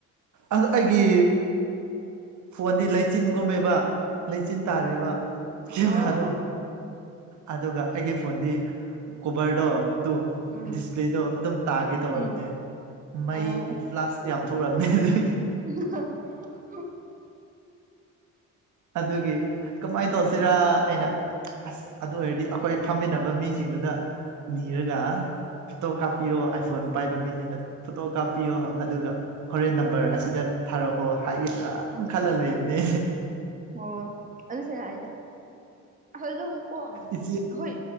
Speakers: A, on the right (about 70°); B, on the right (about 25°).
A: ꯑꯗꯨ ꯑꯩꯒꯤ ꯐꯣꯟꯗꯤ ꯂꯩꯆꯤꯟꯒꯨꯝꯃꯦꯕ ꯂꯩꯆꯤꯟ ꯇꯥꯔꯦꯕ ꯀꯦꯃꯦꯔꯥꯗꯣ
B: ꯑꯣ
A: ꯑꯗꯨꯒ ꯑꯩꯒꯤ ꯐꯣꯟꯗꯤ ꯀꯣꯕꯔꯗꯣ ꯇꯣ
B: ꯎꯝ
A: ꯗꯤꯁꯄ꯭ꯂꯦꯗꯣ ꯑꯗꯨꯝ ꯇꯥꯒꯦ ꯇꯧꯔꯕꯅꯦ
B: ꯎꯝ
A: ꯃꯩ
B: ꯑꯣ
A: ꯐ꯭ꯂꯥꯁ ꯌꯥꯝ ꯊꯣꯛꯂꯝꯅꯤ ꯑꯗꯨꯒꯤ
B: <unintelligible>
A: ꯑꯗꯨꯒꯤ ꯀꯃꯥꯏꯅ ꯇꯧꯁꯤ ꯁꯤꯔꯥ ꯑꯩꯅ ꯑꯁ ꯑꯗꯨ ꯑꯣꯏꯔꯗꯤ ꯑꯈꯣꯏ ꯐꯝꯃꯤꯟꯅꯕ ꯃꯤꯁꯤꯡꯗꯨꯗ ꯅꯤꯔꯒ ꯐꯣꯇꯣ ꯀꯥꯞꯄꯤꯌꯣ ꯑꯥꯏꯐꯣꯟ ꯄꯥꯏꯕ ꯃꯤꯁꯤꯡꯅ ꯐꯣꯇꯣ ꯀꯥꯞꯄꯤꯌꯣ ꯑꯗꯨꯒ ꯍꯣꯔꯦꯟ ꯅꯝꯕꯔ ꯑꯁꯤꯗ ꯊꯥꯔꯛꯑꯣ ꯍꯥꯏꯁꯤꯔ ꯑꯗꯨꯝ ꯈꯜꯂ ꯂꯩꯕꯅꯦ
B: ꯑꯣ ꯑꯗꯨꯁꯨ ꯌꯥꯏꯗ ꯑꯗꯨꯕꯨ ꯀꯣ
A: ꯏꯆꯦ
B: ꯑꯈꯣꯏ